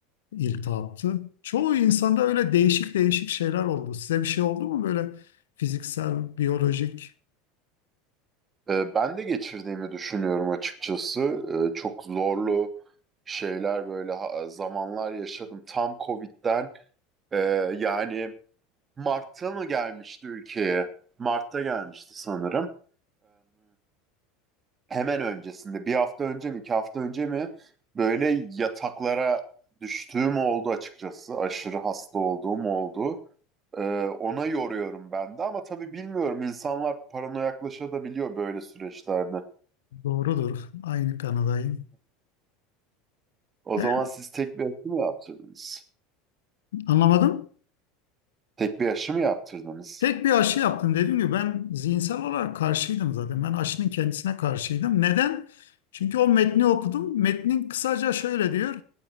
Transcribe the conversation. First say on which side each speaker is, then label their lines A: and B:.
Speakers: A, on the left; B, on the right.
A: iltihaptı. Çoğu insanda öyle değişik değişik şeyler oldu. Size bir şey oldu mu böyle fiziksel, biyolojik?
B: Ee, Ben de geçirdiğimi düşünüyorum açıkçası. Ee, Çok zorlu şeyler böyle ha- zamanlar yaşadım. Tam Covid'den e, yani Mart'ta mı gelmişti ülkeye? Mart'ta gelmişti sanırım. hemen öncesinde bir hafta önce mi iki hafta önce mi böyle yataklara düştüğüm oldu açıkçası. Aşırı hasta olduğum oldu. Ee, ona yoruyorum ben de ama tabii bilmiyorum insanlar paranoyaklaşabiliyor böyle süreçlerde.
A: Doğrudur. Aynı kanadayım.
B: O
A: Evet,
B: zaman siz tek bir aşı mı yaptırdınız?
A: anlamadım.
B: Tek bir aşı mı yaptırdınız?
A: Tek bir aşı yaptım dediğim gibi ben zihinsel olarak karşıydım zaten. Ben aşının kendisine karşıydım. Neden? Çünkü o metni okudum. Metnin kısaca şöyle diyor.